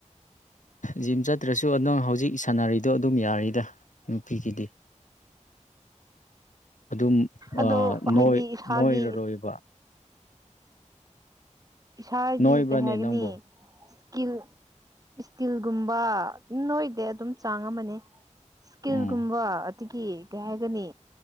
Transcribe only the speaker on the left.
ꯖꯤꯝ ꯆꯠꯇ꯭ꯔꯁꯨ ꯅꯗꯪ ꯍꯧꯖꯤꯛ ꯁꯥꯟꯅꯔꯤꯗꯣ ꯑꯗꯨꯝ ꯌꯥꯔꯤꯗ ꯅꯨꯄꯤꯒꯤꯗꯤ ꯎꯝ <unintelligible> <inaudible>
ꯑꯗꯨꯝꯣꯏ
ꯅꯣꯏꯔꯔꯣꯏꯕ
ꯅꯣꯏꯕ꯭ꯔꯅꯦ
ꯅꯪꯕꯨ
ꯎꯝ